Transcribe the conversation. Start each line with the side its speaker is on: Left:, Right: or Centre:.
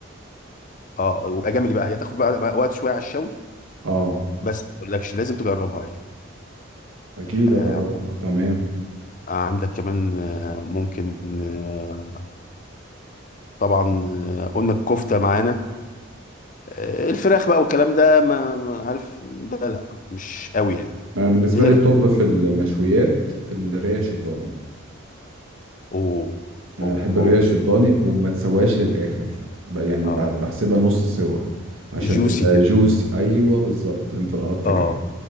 Left: اه وبقى جميل بقى هي هتاخد بقى وقت شويه على الشوي
Right: اه
Left: بس ما اقولكش لازم تجربها يعني
Right: أكيد
Left: آه،
Right: أجربها تمام
Left: عندك كمان آه، ممكن آه، طبعا آه، قلنا الكفتة معانا آه، الفراخ بقى والكلام ده ما ما عارف ده لا مش قوي يعني
Right: أنا بالنسبة
Left: هي
Right: لي
Left: اللحوم
Right: الطب في المشويات الريش الضاني
Left: اوه
Right: أنا
Left: اوه
Right: أحب الريش
Left: اوه
Right: الضاني وما تسواش للآخر ب- يعني
Left: اه
Right: ب- بحسبها نص سوا عشان
Left: جوسي
Right: تبقى
Left: كده
Right: جوسي أيوه بالظبط أنت لقطت
Left: اه
Right: كده